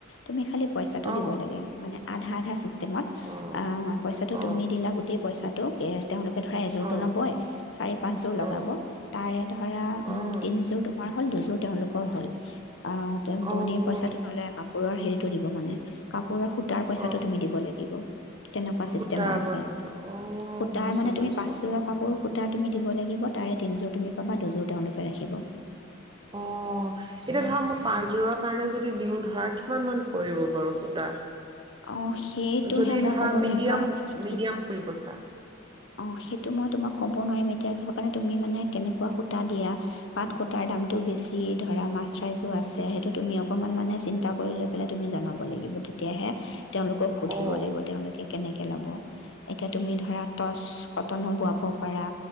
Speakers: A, on the left (about 65°); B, on the right (about 25°).
A: তুমি খালি পইচাটো
B: অ
A: দিব লাগে মানে আধা আধা পইচ চিষ্টেমত
B: অ
A: আআআ পইচাটো
B: অ
A: তুমি দিলা গোটেই পইচা সেইটো কেচ তেওঁলোকে ধৰা এযোৰটো
B: অ
A: নবৈ চাৰি পাঁচযোৰ
B: অ
A: লগাব তাৰে ধৰা উম
B: অ
A: তিনিযোৰ তোমাৰ হ'ল দুযোৰ তেওঁলোকৰ হ'ল হি অ তেওঁ
B: অ',
A: বয়ন পইচাটো নলয় আক কাপোৰৰ হেৰিটো দিব মানে কাপোৰ কাপোৰৰ সূতাৰ পইচাটো
B: অ',
A: তুমি দিব লাগিব। তেনেকুৱা চিষ্টেমৰ
B: সূতাৰ
A: আছে
B: পইচাটো অ',
A: সূতাই
B: বুজিছোঁ
A: মানে
B: বুজিছোঁ।
A: তুমি পাঁচযোৰ কাপোৰ সূতা তুমি দিব লাগিব তাৰে তিনিযোৰ তুমি পাবা দুযোৰ তেওঁলোকে ৰাখিব।
B: অ এতিয়া ধৰা মই পাঁচযোৰৰ কাৰণে যদি দিওঁ ধৰা কি কিমান মান পৰিব বাৰু সূতা।
A: অ সেইটোহে
B: যদি
A: মই
B: ধৰা
A: কব নোৱাৰিম
B: মিডিয়াম
A: কাৰণ মানে
B: মিডিয়াম
A: কি আছে।
B: ফুল বচা।
A: অ সেইটো মই তোমাক কব নোৱাৰিম এতিয়া কিহৰ কাৰণে তুমি মানে কেনেকুৱা সূতা দিয়া পাট সূতাৰ দামটো বেছি ধৰা মাষ্টৰাইস ও আছে সেইটো তুমি অকমান মানে চিন্তা কৰি লৈ পেলাই তুমি জনাব লাগিব তেতিয়াহে তেওঁলোকক সুধিব
B: অ',
A: লাগিব তেওঁলোকে কেনেকে কে ল'ব এতিয়া তুমি ধৰা টচ কটনো বোৱাব পাৰা